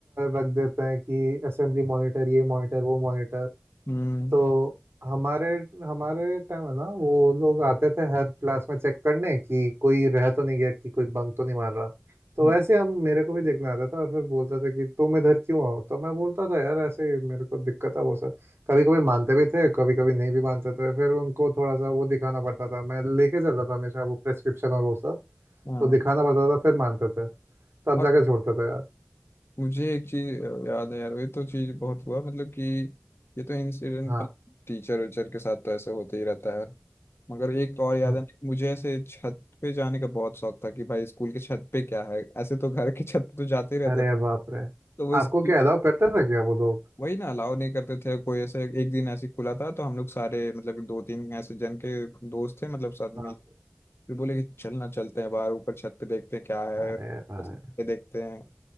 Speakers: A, on the right; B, on the left.
A: रख देते हैं कि असेंबली मॉनिटर ये मॉनिटर वो मॉनिटर
B: हम्म
A: तो हमारे हमारे टाइम है ना वो लोग आते थे हर क्लास में चेक करने कि कोई रह तो नहीं गया कि कोई बंक तो नहीं मार रहा तो
B: हाँ
A: वैसे हम मेरे को भी देखने आता था और फिर बोलता था कि तुम इधर क्यों आओ तो मैं बोलता था यार ऐसे ही मेरे को दिक्कत है वो सर कभी कभी मानते भी थे कभी कभी नहीं भी मानते थे फिर उनको थोड़ा सा वो दिखाना पड़ता था मैं लेके चलता था हमेशा वो प्रेस्क्रिप्शन और वो सब
B: हाँ
A: तो दिखाना पड़ता था फिर मानते थे तब
B: और
A: जाके छोड़ते थे यार
B: मुझे एक चीज याद है यार ये तो चीज बहुत हुआ मतलब कि ये तो इंसिडेंट
A: हाँ
B: टीचर वीचर के साथ तो ऐसे होते ही रहता है यार मगर एक और याद
A: हाँ।
B: है मुझे ऐसे छत पे जाने का बहुत शौक था कि भाई स्कूल के छत पे क्या है ऐसे तो घर के छत पे तो जाते ही रहता
A: अरे
B: था।
A: बाप रे
B: तो वो
A: आपको
B: स्कूल
A: क्या अलाउ करते थे क्या वो लोग
B: वही ना अलाउ नहीं करते थे कोई ऐसे एक दिन ऐसे खुला था तो हम लोग सारे मतलब दो तीन ऐसे जन के दोस्त थे मतलब साथ
A: हाँ
B: में फिर बोले कि चलना चलते हैं बाहर ऊपर छत पे देखते हैं क्या है
A: अरे भाई
B: बस ये देखते हैं